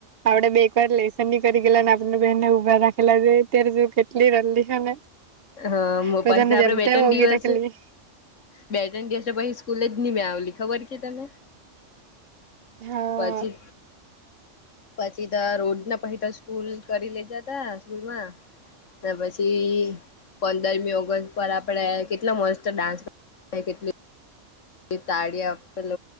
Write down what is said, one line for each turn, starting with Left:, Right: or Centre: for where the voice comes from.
Right: આપડે બે એક વાર લેસન ની કરી ગેલા ને આપ બહેન ને ઉભા રા ખેલા જ ત્યારે જો કેટલી રમલી છે ને.
Left: હા
Right: બધાને
Left: પછી આપડે
Right: જેમ
Left: બે
Right: તેમ
Left: તણ
Right: ઓગી
Left: દિવસ
Right: રાખેલી
Left: બે ત્રણ દિવસ પછી સ્કૂલે જ નહીં મેં આવલી ખબર કે તને?
Right: હા
Left: પછી પછી તો રોજ ના પછ તો સ્કૂલ કરી લેજા તા સ્કૂલ માં અને પછી પંદરમી ઓગસ્ટ પર આપડે કેટલો મસ્ત ડાન્સ હ કેટલી તાડી હપલ